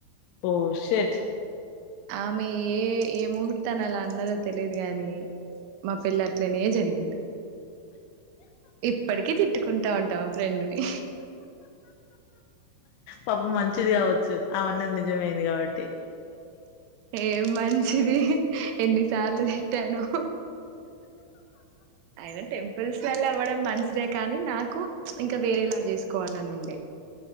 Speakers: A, on the left; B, on the right.
A: ఓ షట్
B: ఆమె ఏ ఏ ముహూర్తాన అలా అన్నదో తెలిదు గాని మా పెళ్లి అట్లనే జరిగింది ఇప్పటికి తిట్టుకుంటా ఉంటా మా ఫ్రెండ్ని
A: పాపం మంచిది కావచ్చు ఆమె అన్నది నిజమైంది కాబట్టి
B: ఏం మంచిది ఎన్నిసార్లు తిట్టానొ అయిన టెంపుల్స్ లల్లా అవ్వడం మంచిదే కానీ నాకు ప్చ్ ఇంకా వేరేలా చేసుకోవాలని ఉండే